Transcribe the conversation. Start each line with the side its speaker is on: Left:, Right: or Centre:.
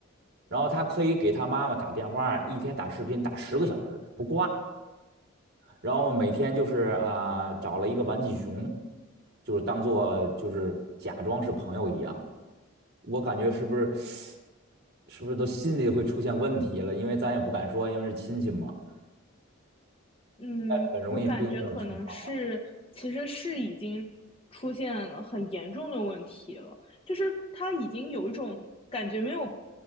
Right: 然后她可以给她妈妈打电话，一天打视频打十个小时不挂。然后每天就是啊，找了一个玩具熊，就是当做就是假装是朋友一样。我感觉是不是 <sucks teeth> 是不是都心里会出现问题了？因为咱也不敢说，因为是亲戚嘛，
Left: 嗯，
Right: 很容易出现这种情况吧。
Left: 我感觉可能是，其实是已经出现了很严重的问题了，就是他已经有一种感觉没有